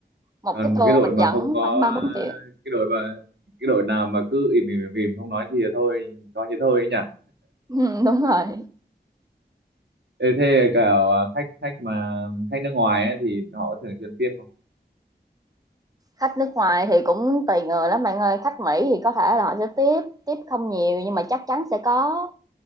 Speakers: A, on the right (about 20°); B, on the right (about 80°).
A: Một
B: còn
A: cái tour
B: một cái đội
A: mình
B: mà
A: dẫn
B: không có
A: khoảng ba bốn triệu <laughs>
B: cái đội mà cái đội nào mà cứ im im im, im không nói gì thì thôi coi như thôi ấy nhỉ
A: 4 đúng rồi.
B: Ê, thế cả à, khách khách mà khách nước ngoài ấy, thì họ có thường xuyên tiếp không
A: Khách nước ngoài thì cũng tùy người lắm bạn ơi, khách Mỹ thì có thể là họ sẽ tiếp, tiếp không nhiều nhưng mà chắc chắn sẽ có,